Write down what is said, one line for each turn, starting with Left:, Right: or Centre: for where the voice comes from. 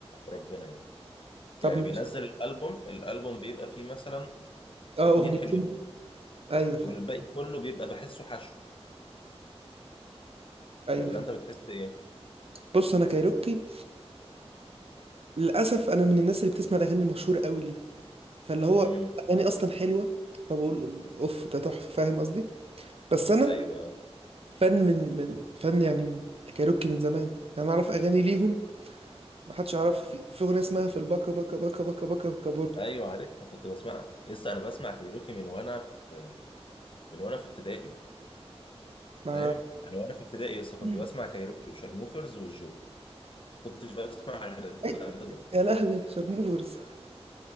Left: ربنا يعني
Right: طب
Left: يعني
Right: ماشي
Left: بينزل الالبوم الالبوم بيبقى فيه مثلا
Right: اه
Left: اتنين
Right: اغنيتين
Left: حلوين
Right: ايوه فاهم
Left: والباقي كله بيبقى بحسه حشو
Right: ايوه
Left: ولا
Right: فاهم
Left: انت بتحس ايه
Right: بص انا كايروكي للاسف انا من الناس اللي بتسمع الاغاني المشهوره قوي ليهم فاللي هو
Left: امم
Right: اغاني اصلا حلوه فبقول اوف ده تحفه فاهم قصدي بس انا
Left: ايوه
Right: فن من من فن يعني من الكايروكي من زمان يعني أنا اعرف اغاني ليهم ما حدش يعرف في, في اغنيه اسمها في الباكا باكا باكا باكا باكا وكابورت
Left: ايوه عارفها كنت بسمعها لسه انا بسمع كايروكي من وانا في من وانا في ابتدائي
Right: مع
Left: فاهم انا وانا في ابتدائي لسه
Right: مم.
Left: كنت بسمع كايروكي وشارموفرز والجوكر كنتش بسمع غير الثلاثه
Right: أي-
Left: دول
Right: يا لهوي شارموفرز